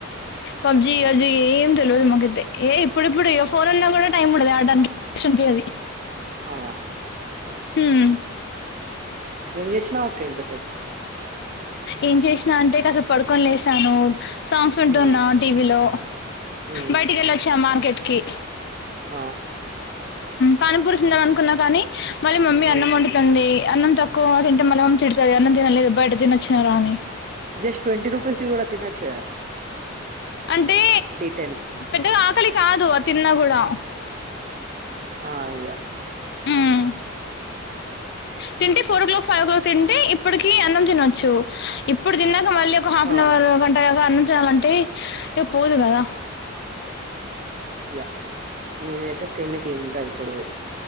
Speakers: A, on the left (about 60°); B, on the right (about 40°).
A: పబ్జి
B: అవును
A: రజ ఏం తెలివదు మాకు గతే ఏ ఇప్పుడు ఇప్పుడు ఇగ పోనున్నాకూడా టైం ఉండదు ఆడడానికి సోంపు అవి
B: అ
A: ఉమ్
B: ఏం చేస్తున్నావ్ అక్క ఇంత సేపు
A: ఏం చేసినా అంటే కాసేపు పడుకొని లేసాను సాంగ్స్ విన్టున్నా
B: ఉమ్
A: టీవీలో
B: ఉమ్
A: బయటికి వెళ్ళొచ్చా మార్కెట్ కి
B: ఆ
A: పానిపురి తిన్దాం అనుకున్నా కానీ మళ్ళీ మమ్మీ
B: ఉమ్
A: అన్నం వండుతుంది అన్నం త క్కువ తింటే మల్ల తిడుతుంది అన్నం తినలేదు బయట తిని వచ్చారా అని
B: జస్ట్ ట్వంటీ రూపీస్ ది కూడా తిన్నొచ్చుగా
A: అంటే
B: టెన్
A: పెద్దగా ఆకలి కాదు ఆ తిన్నా కూడా
B: హా యా
A: ఉమ్ తింటే ఫోర్ ఓక్లాక్ ఫైవ్ ఓక్లాక్ తింటే ఇ ఇప్పటికి అన్నం తినొచ్చు ఇప్పుడు తిన్నాక మళ్ళీ ఒక హాఫ్
B: ఆ
A: అన్ అవర్ గంట అయ్యాక అన్నం తినాలంటే ఇగ పోదు కదా
B: యా నేనైతే టెన్ కి తింటా ఇప్పుడు